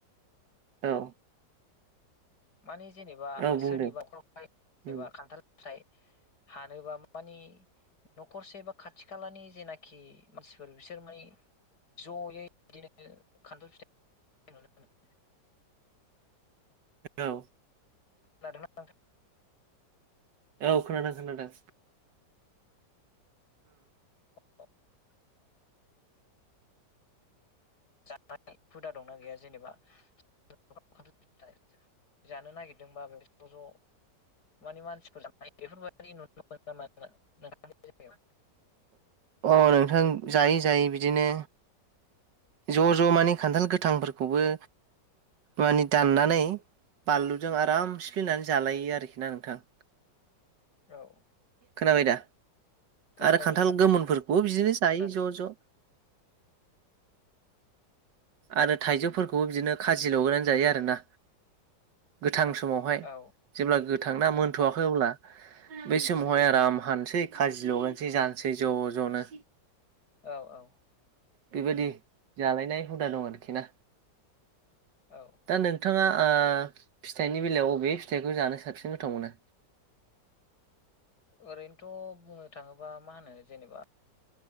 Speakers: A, on the right; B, on the left.
A: औ
B: माने जेनेबा
A: औ बुंदों
B: सोरनिबा नखर <unintelligible> जेनेबा
A: उम
B: खानथाल फिथाय हानोबा मानि न'खरसे बा खाथि खालानि जेनाखि मानसिफोर बिसोर माने जयै बिदिनो खानथाल फिथाइ
A: औ
B: खोनादोंना नोंथां
A: औ खोनादों खानादों
B: <unintelligible> <unintelligible> जानाय हुदा दंना गैया जेनेबा <unintelligible> जानो नागिरदोंबाबो ज' ज' माने मानसिफोरजोंनाय बेफोरबायदि नुनो मोनो नामा नोंथांनि जायगायाव
A: अ नोंथां जायै जायै बिदिनो ज' ज' माने खानथाल गोथांफोरखौबो माने दाननानै बानलुजों आराम सिफलिनानै जालायो आरोखि ना नोंथां
B: औ
A: खोनाबाय दा
B: खोनादों
A: आरो खानथाल
B: नोंथां
A: गोमोनफोरखौबो बिदिनो
B: खोनादों
A: जायो ज' ज'
B: <inaudible>
A: आरो थाइजौफोरखौबो बिदिनो खाजि लगायनानै जायो आरोना गोथां समावहाय
B: औ
A: जेब्ला गोथ थांना मोनथ'वाखै अब्ला बै समावहाय आराम हानसै खा जि लगायनोसै जानोसै ज' ज'नो
B: औ औ
A: बेबायदि जालायनाय हुदा दं आरोखि ना
B: औ
A: दा नोंथाङा फिथाइनि बेलायाव बबे फिथाइखौ जानो साबसिन गोथाव मोनो
B: ओरैनोथ' बुंनो थाङोबा मा होनो जेनेबा